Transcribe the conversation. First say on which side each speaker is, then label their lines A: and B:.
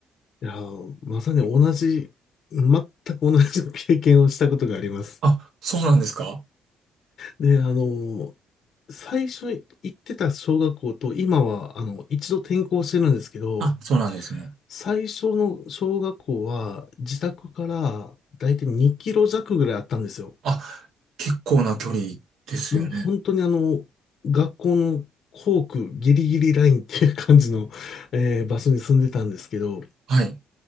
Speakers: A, on the left; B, on the right.
A: いやー、まさに同じ、全く同じ経験をしたことがあります。
B: あ、そうなんですか
A: で、あの、最初行ってた小学校と今は、あの、一度転校してるんですけど、
B: あ、そうなんですね。
A: 最初の小学校は自宅からだいたい2キロ弱ぐらいあったんですよ。
B: あ、結構な距離ですよね。
A: もう本当にあの、学校の校区ギリギリラインっていう感じの、えー場所に住んでたんですけど、
B: はい。